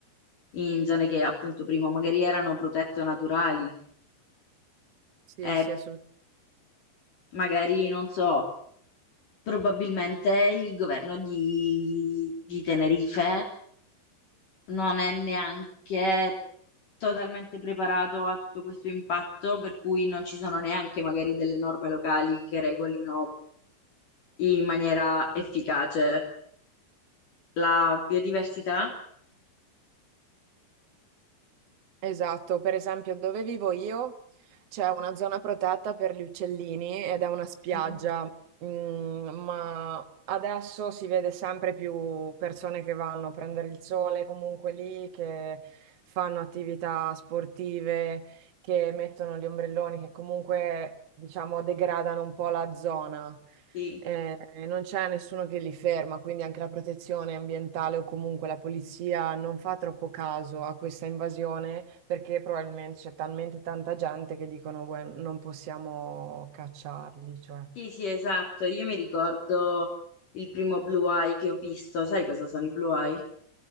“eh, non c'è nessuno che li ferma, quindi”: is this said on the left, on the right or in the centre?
Right